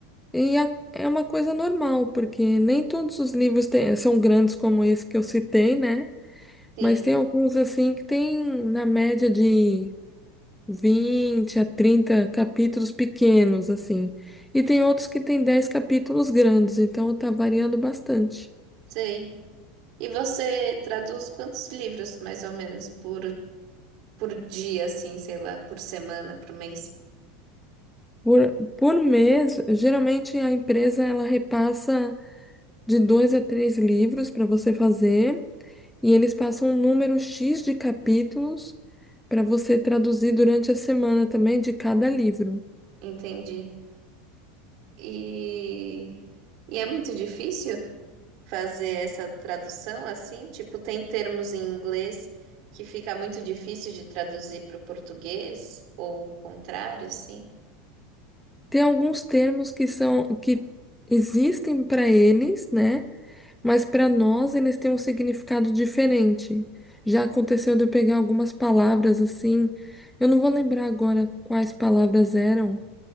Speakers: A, in the centre; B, on the right.
A: e a- é uma coisa normal, porque nem todos os livros têm- são grandes como esse que eu citei, né?
B: Sim,
A: Mas tem alguns assim que tem na média de 20 a 30 capítulos pequenos, assim. E tem outros que tem 10 capítulos grandes, então tá variando bastante.
B: sei. E você traduz quantos livros, mais ou menos, por, por dia, assim, sei lá, por semana, por mês?
A: Por, por mês, geralmente a empresa ela repassa de dois a três livros para você fazer, e eles passam um número X de capítulos para você traduzir durante a semana também de cada livro.
B: Entendi. E, e é muito difícil fazer essa tradução assim? Tipo, tem termos em inglês que fica muito difícil de traduzir para o português, ou o contrário, sim?
A: Tem alguns termos que são que existem para eles, né? Mas para nós eles têm um significado diferente. Já aconteceu de eu pegar algumas palavras assim, eu não vou lembrar agora quais palavras eram,